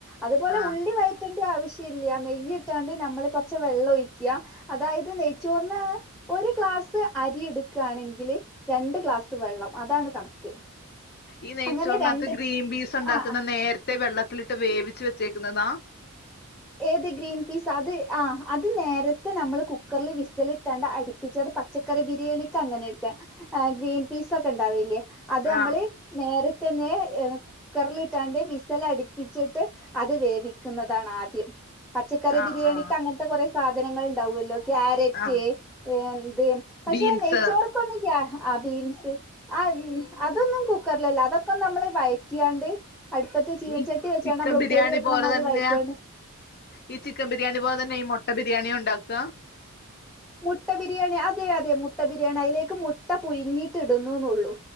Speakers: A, in the centre; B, on the left.
A: അതുപോലെ
B: ആ
A: ഉള്ളി വഴ ഇട്ടണ്ട ആവശ്യം ഇല്ല നെയ്യ് ഇട്ടാണ്ട് നമ്മള് കൊറ്ച്ച വെള്ളം ഒഴിക്ക അതായത് നെയ്ച്ചോറിന് ഒരു ഗ്ലാസ് അരി എടുക്കയാണെങ്കില് രണ്ട് ഗ്ലാസ് വെള്ളം അതാണ് കണക്ക്.
B: ഈ നെയ്ച്ചോറിനകത്ത്
A: അങ്ങനെ രണ്ട്
B: ഗ്രീൻ പീസ് ഉണ്ടാക്കുന്ന
A: ആഹ്
B: നേരത്തെ വെള്ളത്തിലിട്ട് വേവിച്ച് വെച്ചേക്കുന്നതാ?
A: ഏത് ഗ്രീൻ പീസ് അത് ആ അത് നേരത്തെ നമ്മള് കുക്കറിൽ വിസലിട്ടാണ്ട് അടി പ്പിച്ച അത് പച്ചക്കറി ബിരിയാണിക്ക് അങ്ങനെ എടുക്ക ഗ്രീൻ പീസ് ഒക്കെ ഉണ്ടാവല്ലേ അത് നമ്മള്
B: ആ
A: നേരത്ത തന്നെ ഏ കുക്കറൽഇട്ടാണ്ട് വിസൽ അടിപ്പിച്ചിട്ട് അത് വേവിക്കുന്നതാണ് ആദ്യം പച്ചക്കറി
B: ആ
A: ബിരിയാണിക്ക്
B: ആ
A: അങ്ങനത്തെ കുറെ സാധനങ്ങൾ ഉണ്ടാവല്ലോ ക്യാരറ്റ്
B: ആ
A: എന്ത് പക്ഷെ
B: ബീൻസ്
A: നെയ്ച്ചോർക്കൊന്നിക്കാ ആഹ ബീൻസ് ആഹ അതൊന്നും കുക്കറിലല്ല അതൊക്കെ നമ്മള് വയറ്റിയാണ്ട് അടുപ്പത്തെ ചീനച്ചട്ടി
B: ഈ
A: വെച്ചാണ്
B: ചിക്കൻ
A: നമ്മൾ
B: ബിരിയാണി
A: ഉപ്പേ വെക്കണ
B: പോലെ
A: മാതിരി
B: തന്നെയാ
A: വയറ്റയാണ്
B: ഈ ചിക്കൻ ബിരിയാണി പോലെ തന്നെ ഈ മുട്ട ബിരിയാണിയ ഉണ്ടാക്കുക
A: മുട്ട ബിരിയാണി അതെ അതെ മുട്ട ബിരിയാണി അതിലേക്ക് മുട്ട പുഴു ങ്ങിട്ട് ഇടുന്നു എന്നെള്ളു